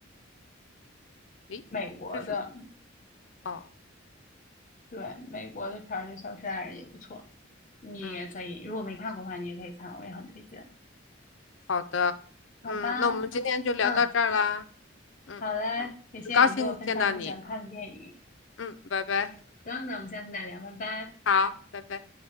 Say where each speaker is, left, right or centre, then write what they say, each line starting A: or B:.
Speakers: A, on the left; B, on the left.
A: 诶，
B: 美国的，
A: 这是什么？哦，
B: 对，美国的片儿的《消失的爱人》也不错，你也可以，
A: 嗯，
B: 如果没看过的话，你也可以看，我也很推荐。
A: 好的，
B: 好吧，
A: 嗯，那我们今天就聊到这儿啦，
B: 嗯，
A: 嗯嗯，
B: 好嘞，也谢谢你给我分享你喜欢看的电影。
A: 很高兴见到你，嗯，拜拜，
B: 行，那我们下次再聊，拜拜。
A: 好，拜拜。